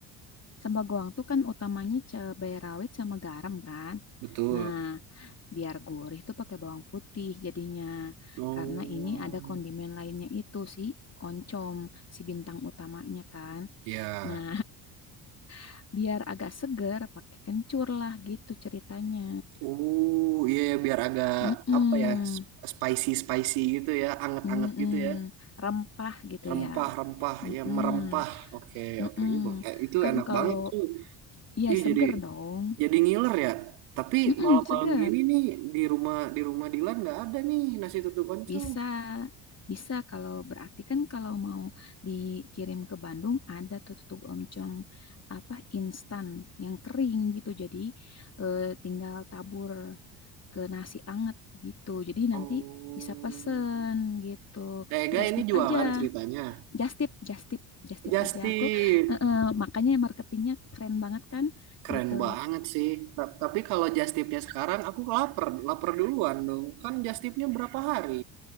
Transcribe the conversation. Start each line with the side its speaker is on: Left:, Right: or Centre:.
Left: Sambal goang tuh kan utamanya cabai rawit sama garam kan.
Right: Betul.
Left: Nah, biar gurih tuh pakai bawang putih jadinya.
Right: Oh,
Left: Karena ini ada kondimen lainnya itu si oncom, si bintang utamanya kan.
Right: Ya.
Left: Nah, <laughs> biar agak seger pakai kencur lah gitu ceritanya.
Right: Oh, iya ya, biar agak
Left: Mm-mm,
Right: apa ya? Spicy spicy gitu ya, anget-anget
Left: mm-mm,
Right: gitu ya.
Left: rempah gitu
Right: Rempah-rempah
Left: ya. Mm-mm,
Right: ya merempah. Oke,
Left: mm-mm.
Right: oke. Ini bo- eh, Itu
Left: Kan
Right: enak
Left: kalau
Right: banget tuh.
Left: iya
Right: Iya
Left: seger
Right: jadi
Left: dong.
Right: jadi ngiler ya. Tapi
Left: Mm-mm,
Right: malam-malam
Left: seger.
Right: gini nih di rumah di rumah Dilan nggak ada nih nasi tutuk oncom.
Left: Bisa, bisa kalau berarti kan kalau mau dikirim ke Bandung ada tuh tutug oncom apa instan yang kering gitu. Jadi eh, tinggal tabur ke nasi anget gitu. Jadi
Right: Oh.
Left: nanti bisa pesen gitu.
Right: Tega
Left: Just
Right: ini
Left: tip
Right: jualan
Left: aja,
Right: ceritanya.
Left: just tip, just tip, just tip
Right: Justin.
Left: aja. Aku eh, eh, makanya marketingnya keren banget kan
Right: Keren
Left: gitu.
Right: banget sih. Ta- Tapi kalau just tipnya sekarang aku lapar, lapar duluan dong. Kan just tipnya berapa hari?